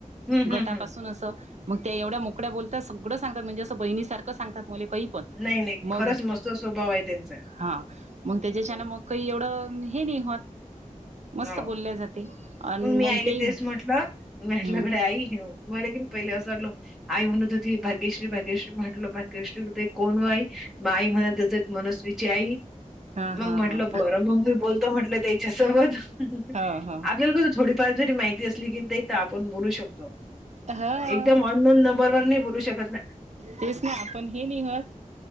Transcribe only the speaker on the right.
गटापासून
असं मग त्या एवढ्या मोकळ्या बोलता सगळं सांगतात म्हणजे असं बहिणी सारखं सांगतात. मले काही पण
मग
हा मग त्याच्याच्याना
मग काही एवढं हे नाही होत मस्त
बोल्या जाते. आणि
ते
हम्म
हा हा
हा
हा हा
हा
तेच ना आपण हे निघत.